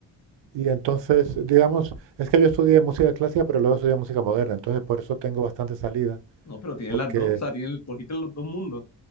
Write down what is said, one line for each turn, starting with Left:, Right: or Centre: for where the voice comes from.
Right: Y entonces, digamos, es que yo estudié música clásica, pero luego estudié música moderna, entonces por eso tengo bastante salida
Left: No, pero tienes
Right: porque,
Left: las dos, o sea, tienes, cogiste los dos mundos.